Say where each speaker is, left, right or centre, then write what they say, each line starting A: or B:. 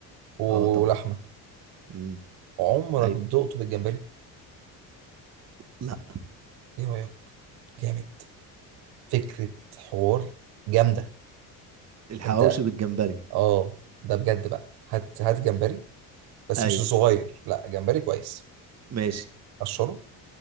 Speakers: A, on the right; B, on the right.
A: ولحمه
B: آه، طبعا مم.
A: عمرك
B: ايوه
A: دقته بالجمبري
B: لا
A: ايه رايك جامد فكرة حوار جامدة
B: الحواوشي
A: انت
B: بالجمبري
A: اه ده بجد بقى هات هات جمبري بس
B: ايوه
A: مش صغير لا جمبري كويس
B: ماشي
A: قشره